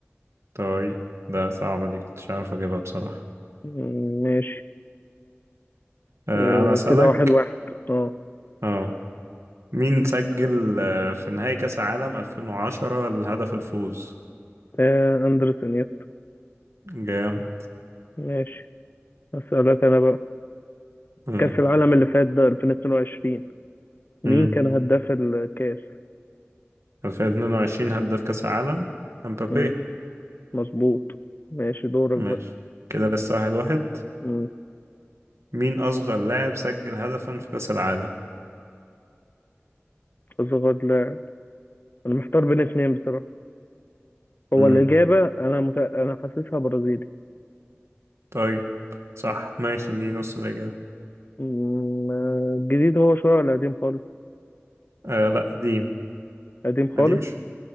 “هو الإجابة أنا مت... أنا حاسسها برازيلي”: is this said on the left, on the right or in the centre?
Left